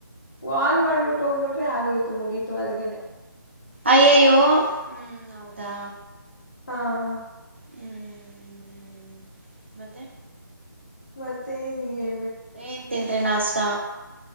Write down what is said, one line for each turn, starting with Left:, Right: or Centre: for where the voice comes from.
Left: ಆನ್ ಮಾಡ್ಬಿಟ್ಟು ಹೋಗ್ಬಿಟ್ರೆ ಆಗೋಯ್ತು ಮುಗೀತು ಅಲ್ಗೆನೆ
Right: ಅಯ್ಯಯ್ಯೋ ಹ್ಮ್ ಹೌದಾ
Left: ಹಾ ಹ
Right: ಹ್ಮ್ ಮತ್ತೆ
Left: ಮತ್ತೆ ನೀ ಹೇ
Right: ಏನ್ ತಿಂದ್ರೆ ನಾಷ್ಟಾ